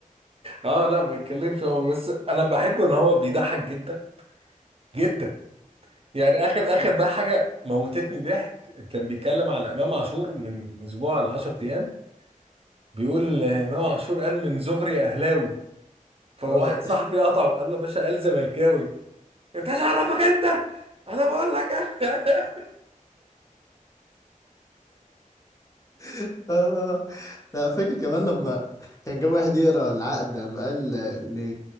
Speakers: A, on the right; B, on the left.
A: اه لا ما يتكلمش هو بس انا بحبه ان هو بيضحك جدا جدا يعني اخر اخر بقى حاجه موتتني ضحك كان بيتكلم على امام عاشور من اسبوع ل 10 ايام بيقول آه، امام عاشور قال من زهري اهلاوي فواحد
B: اه
A: صاحبي قطعه وقال له يا باشا قال زملكاوي انت ايش عرفك انت انا بقول لك انا
B: <laughs> آه. لا فاكر كمان لما كان جاب واحد يقرا العقد قام قال ل